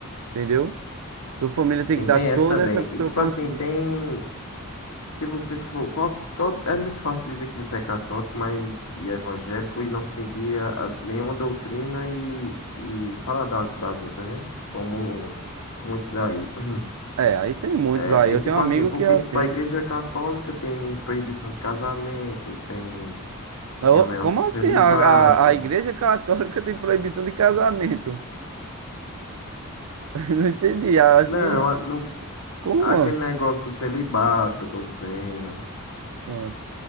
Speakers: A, on the right (about 75°); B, on the left (about 80°).
A: entendeu? Sua família
B: Sim,
A: tem que dar
B: tem
A: toda
B: essa também.
A: essa sua
B: E tipo
A: quantia.
B: assim, tem. Se você for, qual, todo, é muito fácil dizer que você é católico, mas e evangélico e não seguir a, a nenhuma doutrina e, e falar da- das outras, né? Como muitos aí. <clears throat>
A: É, aí tem muitos
B: É,
A: aí. Eu
B: e tipo
A: tenho um amigo
B: assim, porque
A: que é assim,
B: tipo a igreja
A: né?
B: católica tem proibição de casamento, tem
A: Ô,
B: tem um negócio
A: Como
B: do celibato.
A: assim? A, a, a Igreja Católica tem proibição de casamento? <laughs> Não entendi. Acho
B: Não,
A: que.
B: a- no,
A: Como?
B: aquele negócio do celibato, eu tô dizendo.
A: Mano,